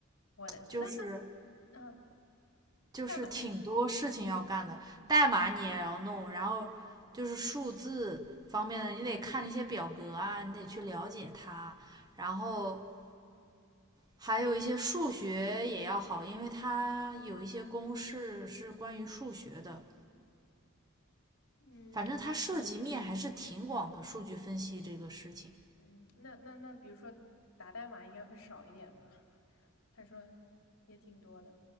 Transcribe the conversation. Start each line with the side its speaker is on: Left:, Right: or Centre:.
Left: 我的那那
Right: 就是
Left: 嗯啊，呃
Right: 就是挺多事情要干的，
Left: 代码，
Right: 代码你也要弄，然后就是数字方面的，你得看那些表格啊，你得去了解它，然后还有一些数学也要好，因为它有一些公式是关于数学的，
Left: 嗯
Right: 反正它涉及面还是挺广的，数据分析这个事情。
Left: 嗯，那那那，比如说打代码应该会少一点吧？<laughs> 他说也挺多的，